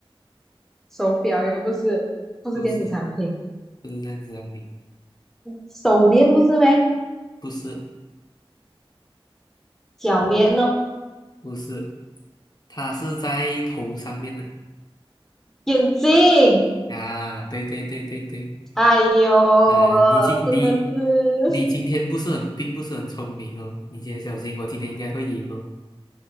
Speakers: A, in the centre; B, on the left.
A: 手表又不是，不是电子产品，
B: 不是不是电子产品。
A: 手链不是呗？
B: 不是
A: 脚链哦，
B: 不是，它是在头上面的
A: 眼镜。
B: 啊，对对对对对
A: 哎呦，
B: 啊，你今你
A: 真的是
B: 你今天不是很并不是很聪明哦，你今天小心，我今天应该会赢哦，